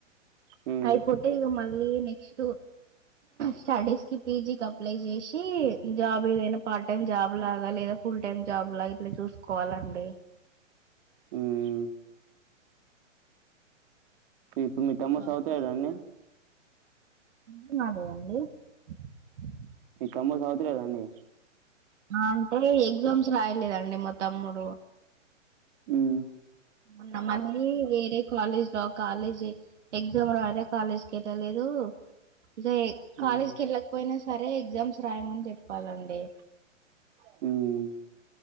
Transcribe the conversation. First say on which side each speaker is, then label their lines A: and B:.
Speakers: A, on the right; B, on the right.
A: హ్మ్.
B: అయిపోతే ఇక మళ్ళీ నెక్స్ట్ స్టడీస్ కి పీజీ కి చేసి జాబ్ ఏదైనా పార్ట్ టైమ్ జాబ్ లాగా లేదా ఫుల్ టైమ్ జాబ్ లాగా ఇట్లా చూసుకోవాలండి
A: మ్మ్ ఇప్పుడు మీ తమ్ముడు
B: జాబ్
A: చదువుతలేడా
B: చూసుకోవాలి
A: అండి
B: <unintelligible>
A: మీ తమ్ముడు చదువుత లేదా అండి
B: అంటే ఎగ్జామ్స్ రాయలేదండి మా తమ్ముడు
A: మ్మ్
B: <unintelligible> వేరే కాలేజ్ లో కాలేజ్ ఎక్జామ్ రాయలే కాలేజ్ కి వెళ్ళలేదు ఇగా ఏ
A: హ్మ్.
B: కాలేజ్ కు వెళ్ళకపోయినా సరే ఎగ్జామ్స్ రాయమని చెప్ ప్పలండి
A: హు మ్